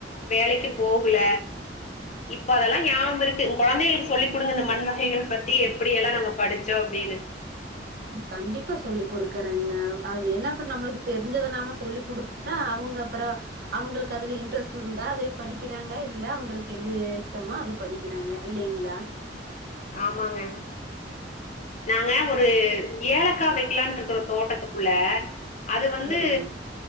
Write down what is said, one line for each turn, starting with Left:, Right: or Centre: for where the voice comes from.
Left: வேலைக்கு போகல இப்போ அதெல்லா ஞாவ்ம் இருக்கு ஒ கொழந்தைகளுக்கு சொல்லி குடுங்க இந்த மண் வகைகள் பத்தி எப்டியெல்ல நாங்க படிச்சோ அப்டின்னு
Right: கண்டிப்பா சொல்லி் கொடுக்கறேங்க அது என்ன அப்ரோ நம்ளுக்கு தெரிஞ்சத நாம சொல்லி குடுக் தா அவ்ங்க அப்ரோ அவுங்ளுக்கு அதுல இன்ட்ரெஸ்ட் இருந்தா அதே படிக்கிறாங்க இல்ல அவுங்ளுக்கு என்ன இஷ்டமோ அது படிக் கிறாங்க இல்லைங்களா
Left: ஆமாங்க நாங்க ஒரு ஏலக்கா வெக்கலான் இருக்றோ தோட்டத்துக்குள்ள அது வந்து
Right: சரிங்க